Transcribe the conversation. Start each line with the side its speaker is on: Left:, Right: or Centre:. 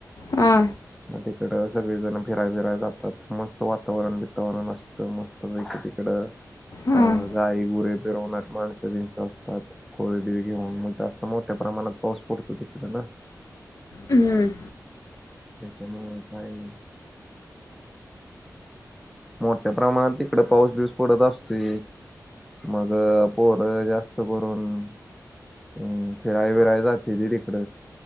Left: हा.
Centre: तिकड सगळेजण फिराय बिराय जातात मस्त वातावरण वितावरण असतं मस्त व इकड अ
Left: हम्म,
Centre: गाय गुर पेर होणार माणस असतात खोळी बि घेऊन मग जास्त मोठ्या प्रमाणात पाऊस पडतो तिकडे ना.
Left: हम्म.
Centre: त्याच्यामुळे काही मोठ्या प्रमाणात इकडे पाऊस बीऊस पडत असते मग पोर जास्त करून हम्म फिराय विराय झाते ती तिकड